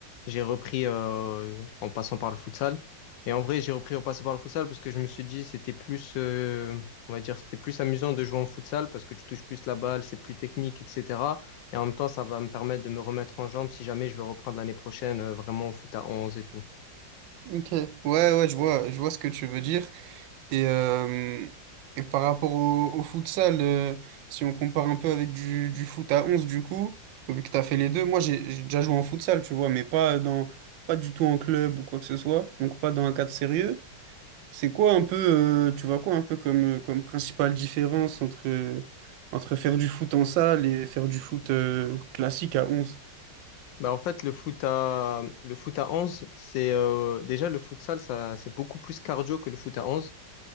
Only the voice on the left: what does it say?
j'ai repris euh, en passant par le futsal. Et en vrai, j'ai repris en passant par le futsal parce que je me suis dit, c'était plus, euh, on va dire, c'était plus amusant de jouer en futsal parce que tu touches plus la balle, c'est plus technique, etc. Et en même temps, ça va me permettre de me remettre en jambe si jamais je veux reprendre l'année prochaine euh, vraiment au foot à 11 et tout.
Bah en fait, le foot à, le foot à 11 c'est euh, déjà le futsal, ça, c'est beaucoup plus cardio que le foot à 11.